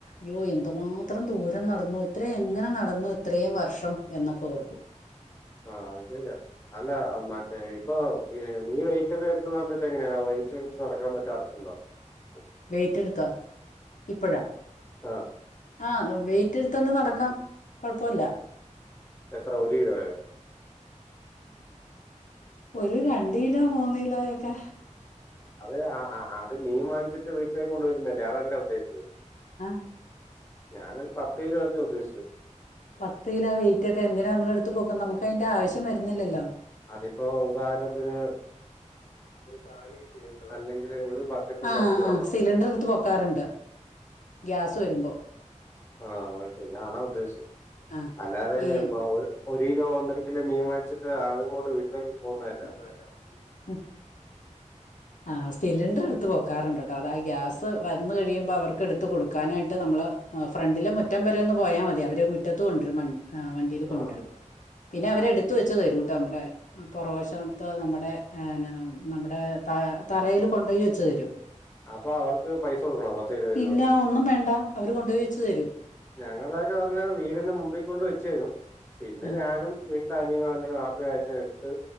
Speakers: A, on the left; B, on the left.
A: യ്യോ എന്തുമാത്രം ദൂരം നടന്നു ഇത്രേം എങ്ങനെ നടന്നു ഇത്രേം വർഷം എന്നൊക്കെ ഓർക്കും.
B: ആഹ് ശര്യ. അല്ല മറ്റേ ഇപ്പൊ ഏഹ് നീ വെയിറ്റ് ഒക്കെ എട്ത്ത് മാറുമ്പോത്തെ ങ്ങനെയാ വയിറ്റ് എട്ത്ത് നടക്കാൻ പറ്റാ റക്കണ്ടോ? <inaudible>
A: വെയിറ്റ്ട്ത്താ ഇപ്പഴാ?
B: ആ
A: ആഹ് വെയിറ്റ് എടുത്തോണ്ട് നടക്കാം കൊഴപ്പോല്ല.
B: എത്ര ഒര് കിലോയ?
A: ഒരു രണ്ട് കിലോ മൂന്ന് കിലോയ ക്കെ.
B: അത് ആഹ് ആഹ് ആഹ് അത് മീൻ വാങ്ങിച്ച്ട്ട് വീട്ടിലേക്ക് കൊണ്ടുവരുന്നല്ലേ. അതല്ല ഉദ്ദേശിച്ചേ?
A: ആ
B: ഞാനൊരു പത്ത് കിലോക്കെ ഉദ്ദേശിച്ചത്.
A: പത്ത് കിലോ വെയിറ്റ് ഒക്കെ എന്തിനാ നമ്മൾ എടുത്ത് പൊക്കുന്നേ? നമ്മക്ക് അയിന്റെ ആവശ്യം വര്ന്നില്ലല്ലോ.
B: അതിപ്പോ ഉദാഹരണത്ത്ന്
A: ഒരു കാലി സിലിണ്ടറ്
B: അല്ലെങ്കിൽ
A: അല്ലങ്കില്
B: ബക്കറ്റ്
A: ഒരു ആഹ്
B: നിറച്ച് വെള്ളം
A: ആഹ് സിലിണ്ടർ ട്ത്ത് പൊക്കാറുണ്ട്. ഗ്യാസ് വരുമ്പോ ആഹ്
B: ആയ് <unintelligible> ഉദ്ദേശിച്ചേ
A: ആ
B: അല്ലാതെ
A: ഈ
B: മ ഒര് ഒരു കിലോ ഒന്നര കിലോ മീൻ വാങ്ങിച്ചിട്ട് ആണ്. വീട്ടിലേക്ക് പോകുന്നതല്ല.
A: ഉ ഉ ആ സിലിണ്ടർ എടുത്ത് പൊക്കാറുണ്ട് കേട്ടോ അതാ ഗ്യാസ് വന്നു കഴിയുമ്പോ അവർക്ക് എടുത്ത് കൊടുക്കാനായിട്ട് നമ്മള്. ഫ്രണ്ടില് മുറ്റം വരെ ഒന്ന് പോയാൽ മതി അവര് മുറ്റത്തത്ത് കൊണ്ടൊ രും വണ്ടില് കൊണ്ടുരും.
B: ആഹ്
A: പിന്നെ അവരെ എടുത്ത വെച്ച തരൂട്ടോ നമ്മടെ. പുറവശത്ത് നമ്മുടെ നമ്മുടെ ത തറയിൽ കൊണ്ടപയി വെച്ചു തരും.
B: അപ്പൊ അവർക്ക് പൈസ കൊടുക്കണോ പതോരുപതോ രൂപ?
A: ഇല്ല ഒന്നും വേണ്ട അവര് കൊണ്ടുയി വച്ചു തരും.
B: ഞങ്ങളൊക്കെ പറഞ്ഞാ വീടിനെ മുമ്പിൽ കൊണ്ട് വെച്ചു തരും പിന്നെ
A: ആ
B: ഞാനും <unintelligible> ആട്ടോ എടുത്ത്